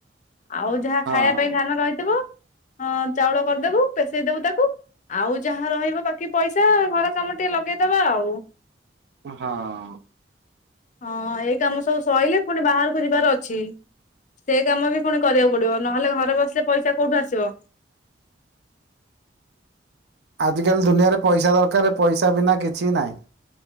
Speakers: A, on the left (about 45°); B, on the right (about 65°).
A: ଆଉ ଯାହା
B: ହଁ
A: ଖାଇବା ପାଇଁ ଧାନ ରହିଥିବ ଚାଉଳ କରିଦେବୁ ପେସେଇଦବୁ ତାକୁ ଆଉ ଯାହା ରହିବ ବାକି ପଇସା ଘର କାମ ଟିକେ ଲଗେଇଦବା ଆଉ
B: ହଁ
A: ହଁ ଏଇ କାମ ସବୁ ସରିଲେ ପୁଣି ବାହାରକୁ ଯିବାର ଅଛି ସେ କାମ ବି ପୁଣି କରିବାକୁ ପଡିବ ନହେଲେ ଘରେ ବସିଲେ ପଇସା କୋଉଠୁ ଆସିବ
B: ଆଜିକାଲି ଦୁନିଆରେ ପଇସା ଦରକାର ପଇସା ବିନା କିଛି ନାହିଁ